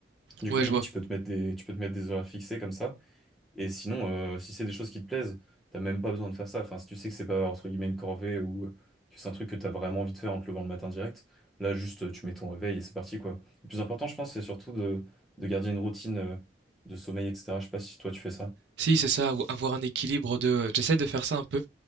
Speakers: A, in the centre; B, on the right.
A: Du
B: Ouais,
A: coup, limite,
B: je vois.
A: tu peux te mettre des, tu peux te mettre des horaires fixés comme ça. Et sinon, euh, si c'est des choses qui te plaisent, t'as même pas besoin de faire ça. Enfin, si tu sais que c'est pas, entre guillemets, une corvée ou que c'est un truc que t'as vraiment envie de faire en te levant le matin direct, là, juste, euh, tu mets ton réveil et c'est parti, quoi. Le plus important, je pense, c'est surtout de, de garder une routine, euh, de sommeil, etc. Je sais pas si toi, tu fais ça.
B: Si, c'est ça, ou avoir un équilibre de, euh, j'essaie de faire ça un peu.